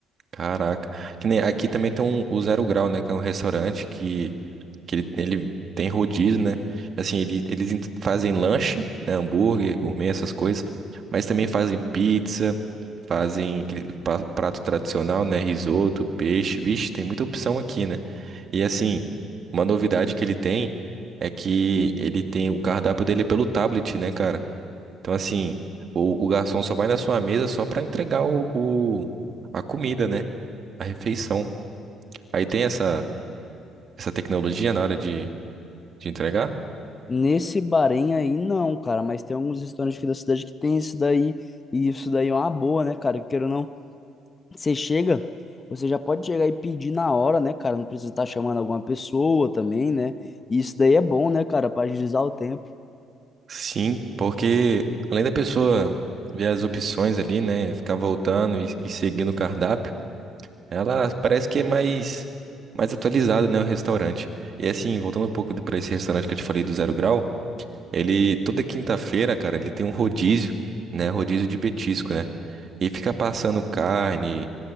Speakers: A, on the right (about 50°); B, on the left (about 30°).
A: Caraca. Que nem- aqui também tem um, o Zero Grau, né? Que é um restaurante que, que ele, ele tem rodízio, né? Assim, ele, eles in- fazem lanche, né? Hambúrguer, gourmet, essas coisas. Mas também fazem pizza, fazem aquele pa- prato tradicional, né? Risoto, peixe. Vixe, tem muita opção aqui, né? E assim, uma novidade que ele tem é que ele tem o cardápio dele é pelo tablet, né, cara? Então, assim, o, o garçom só vai na sua mesa só pra entregar o, o- a comida, né? A refeição. Aí tem essa, essa tecnologia na hora de, de entregar?
B: Nesse Bahrein aí, não, cara. Mas tem alguns restaurantes aqui da cidade que tem isso daí. E isso daí é uma boa, né, cara? Queira ou não, você chega, você já pode chegar e pedir na hora, né, cara? Não precisa estar chamando alguma pessoa também, né? E isso daí é bom, né, cara? Pra agilizar o tempo.
A: Sim, porque além da pessoa ver as opções ali, né? Ficar voltando e, e seguindo o cardápio, ela parece que é mais, mais atualizada, né? O restaurante. E assim, voltando um pouco para esse restaurante que eu te falei do Zero Grau, ele toda quinta-feira, cara, ele tem um rodízio, né? Rodízio de petisco, né? E fica passando carne